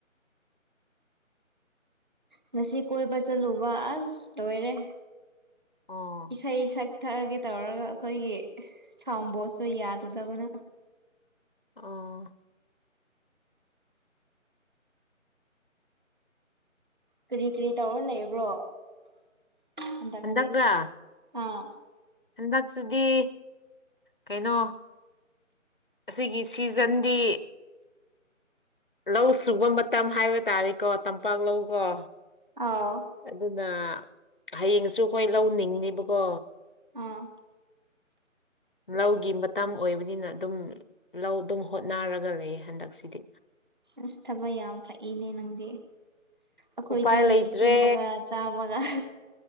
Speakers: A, on the right; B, on the left.
A: ꯉꯁꯤ ꯀꯣꯏꯕ ꯆꯠꯂꯨꯕ ꯑꯁ ꯂꯣꯏꯔꯦ
B: ꯑꯣ
A: ꯏꯁꯩ ꯁꯛ ꯊꯛꯑꯒꯦ ꯇꯧꯔꯒ ꯑꯩꯈꯣꯏꯒꯤ ꯁꯥꯎꯟ ꯕꯣꯁꯁꯨ ꯌꯥꯗꯗꯕꯅ
B: ꯑꯥ
A: ꯀꯔꯤ ꯀꯔꯤ ꯇꯧꯔ ꯂꯩꯕ꯭ꯔꯣ ꯍꯟꯗꯛꯁꯦ
B: ꯍꯟꯗꯛꯔꯥ
A: ꯑꯥ
B: ꯍꯟꯗꯛꯁꯤꯗꯤ ꯀꯩꯅꯣ ꯑꯁꯤꯒꯤ ꯁꯤꯖꯟꯗꯤ ꯂꯧ ꯁꯨꯕ ꯃꯇꯝ ꯍꯥꯏꯕ ꯇꯥꯔꯦꯀꯣ ꯇꯝꯄꯥꯛ ꯂꯧꯒꯣ
A: ꯑꯥꯎ
B: ꯑꯗꯨꯅ ꯍꯌꯦꯡꯁꯨ ꯑꯈꯣꯏ ꯂꯧꯅꯤꯡꯅꯤꯕꯀꯣ
A: ꯑꯥ
B: ꯂꯧꯒꯤ ꯃꯇꯝ ꯑꯣꯏꯕꯅꯤꯅ ꯑꯗꯨꯝ ꯂꯧ ꯑꯗꯨꯝ ꯍꯣꯠꯅꯔꯒ ꯂꯩꯌꯦ ꯍꯟꯗꯛꯁꯤꯗꯤ
A: ꯑꯁ ꯊꯕꯛ ꯌꯥꯝ ꯐꯩꯅꯦ ꯅꯪꯗꯤ ꯑꯈꯣꯏꯗꯤ
B: ꯎꯄꯥꯏ ꯂꯩꯇ꯭ꯔꯦ
A: ꯇꯨꯝꯕꯒ ꯆꯥꯕ ꯇꯨꯝꯃꯒ